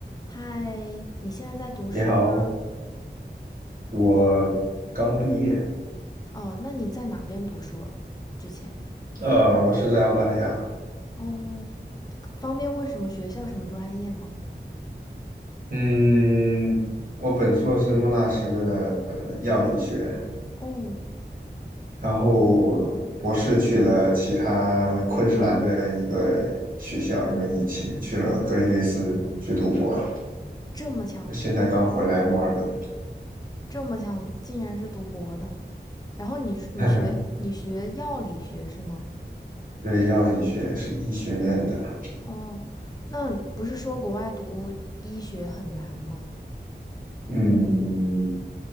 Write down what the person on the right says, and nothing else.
你好，我刚毕业，
呃，我是在澳大利亚，
嗯，我本硕是莫纳什的呃药理学，
然后博士去了其他昆士兰的一个学校，因为疫情去了格里菲斯去读博，
现在刚回来墨尔本，
<laughs> 对，药理学是医学院的，
嗯，